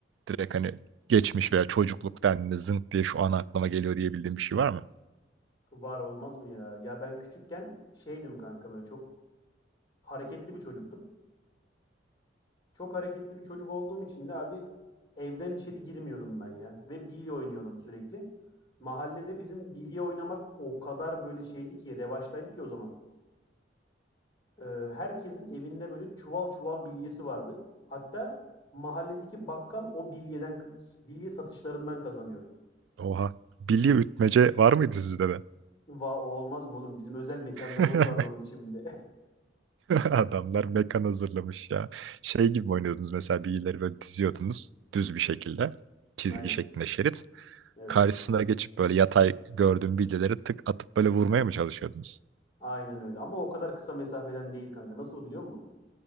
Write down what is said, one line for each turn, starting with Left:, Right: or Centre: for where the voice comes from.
Right: Direkt hani geçmiş veya çocukluk dendiğinde zınk diye şu an aklıma geliyor diyebildiğin bir şey var mı?
Left: Var olmaz mı ya? Ya ben küçükken şeydim kanka böyle çok hareketli bir çocuktum. Çok hareketli bir çocuk olduğum için de abi evden içeri girmiyordum ben ya. Ve bilye oynuyordum sürekli. Mahallede bizim bilye oynamak o kadar böyle şeydi ki revaçtaydı ki o zaman. Ee, herkesin evinde böyle çuval çuval bilyesi vardı. Hatta mahalledeki bakkal o bilyeden bilye satışlarından kazanıyordu.
Right: Oha. Bilye ütmece var mıydı sizde de?
Left: Va o olmaz mı oğlum? Bizim özel mekanlarımız
Right: <laughs>
Left: vardı onun için bir de.
Right: Adamlar mekan hazırlamış ya. Şey gibi mi oynuyordunuz mesela bilyeleri böyle diziyordunuz düz bir şekilde. Çizgi
Left: <laughs> Aynen.
Right: şeklinde şerit.
Left: Evet.
Right: Karşısına geçip böyle yatay gördüğüm bilyeleri tık atıp böyle vurmaya mı çalışıyordunuz?
Left: Aynen öyle ama o kadar kısa mesafeden değil kanka. Nasıl biliyor musun?